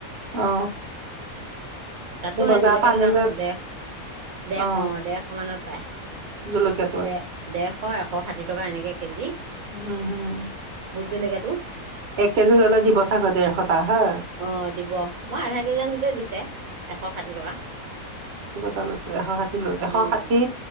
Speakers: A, on the right (about 50°); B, on the right (about 70°).
A: অ
B: তাতো
A: এ
B: সেই
A: বজাৰ
B: জলকীয়াটোৰ
A: পা আনিলে
B: দাম ডেৰ ডেৰশ
A: অ
B: ডেৰশ মানত পায়
A: জলকীয়াটো
B: দেৰ দেৰ এশ এশ ষাঠি টকা এনেকে কেজি
A: উম হম
B: বুট জলকীয়া টো
A: এক কেজি ললে দিব চাগ ডেৰশটা হে
B: অ দিব মই আধা কেজি আনোতে তে দিছে এশ ষাঠি টকা
A: তালৈছ এশ ষাঠি ল এশ
B: উম
A: ষাঠি